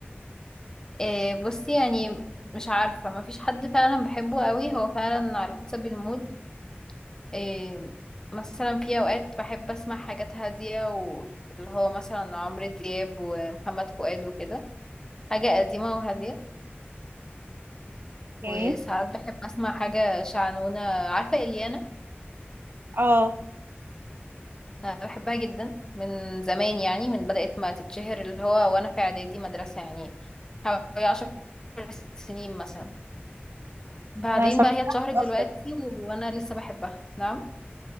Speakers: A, on the left; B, on the right.
A: إيه بصي يعني مش عارفه ما فيش حد فعلا بحبه قوي هو فعلا على حسب المود إيه مثلا في اوقات بحب اسمع حاجات هاديه واللي هو مثلا عمرو دياب ومحمد فؤاد وكده حاجه قديمه وهاديه وساعات
B: ايه
A: بحب اسمع حاجة شعنونة عارفة اليانا
B: اه
A: أنا بحبها جدا من زمان يعني من بدأت ما تتشهر اللي هو وانا في اعدادي مدرسة يعني حوالي عشر سنين مثلا بعدين
B: انا سمعتها
A: بقى هي اتشهرت
B: متاخر
A: دلوقتي وانا لسه بحبها نعم